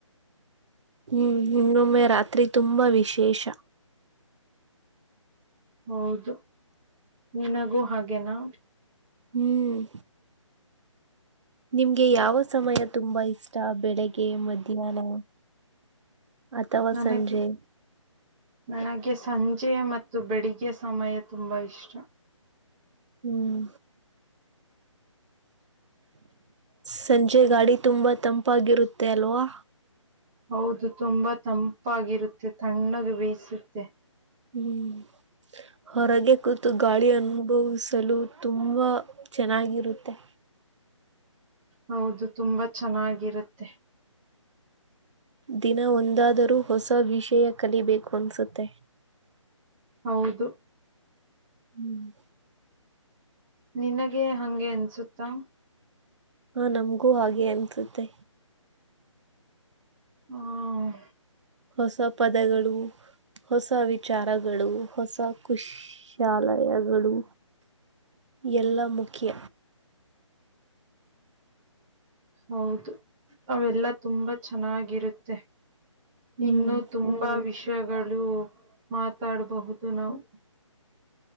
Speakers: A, on the right; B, in the centre.
A: ಹ್ಮ್ ಹೊಮ್ಮೆ ರಾತ್ರಿ ತುಂಬಾ ವಿಶೇಷ
B: ಹೌದು ನಿನಗೂ ಹಾಗೇನಾ
A: ಹ್ಮ್ ನಿಮ್ಗೆ ಯಾವ ಸಮಯ ತುಂಬಾ ಇಷ್ಟ ಅಷ್ಟ ಬೆಳಿಗ್ಗೆ ಮಧ್ಯಾಹ್ನ ಅಥವಾ
B: ನನಗೆ
A: ಸಂಜೆ
B: ನನಗೆ ಸಂಜೆ ಮತ್ತು ಬೆಳಿಗ್ಗೆ ಸಮಯ ತುಂಬ ಇಷ್ಟ
A: ಹ್ಮ್ ಸಂಜಯ ಗಾಡಿ ತುಂಬಾ ತಂಪಾಗಿರುತ್ತೆ ಅಲ್ವಾ
B: ಹೌದು ತುಂಬಾ ತಂಪಾಗಿರುತ್ತೆ ತಣ್ಣಗೆ ಬೇಯಿಸುತ್ತೆ
A: ಹ್ಮ್ ಹೊರಗೆ ಕೂತು ಗಾಳಿ ಅನುಭವಿಸಲು ತುಂಬಾ ಚೆನ್ನಾಗಿರುತ್ತೆ
B: ಹೌದು ತುಂಬಾ ಚೆನ್ನಾಗಿರುತ್ತೆ
A: ದಿನ ಒಂದಾದರೂ ಹೊಸ ವಿಷಯ ಕಲಿಬೇಕು ಅನಸುತ್ತೆ
B: ಹೌದು
A: ಹ್ಮ್
B: ನಿನಗೆ ಹಂಗೆ ಅನ್ಸುತ್ತಾ
A: ಹಾ ನಮ್ಗೂ ಹಾಗೆ ಅನ್ಸುತ್ತೆ
B: ಆ
A: ಹೊಸ ಪದಗಳು ಹೊಸ ವಿಚಾರಗಳು ಹೊಸ ಕುಶಾಲಯಗಳು ಎಲ್ಲ ಮುಖ್ಯ
B: ಹೌದು ಅವೆಲ್ಲಾ ತುಂಬಾ ಚೆನ್ನಾಗಿರುತ್ತೆ
A: ಹ್ಮ್
B: ಇನ್ನು ತುಂಬಾ ವಿಷಯಗಳು ಮಾತಾಡಬಹುದು ನಾವು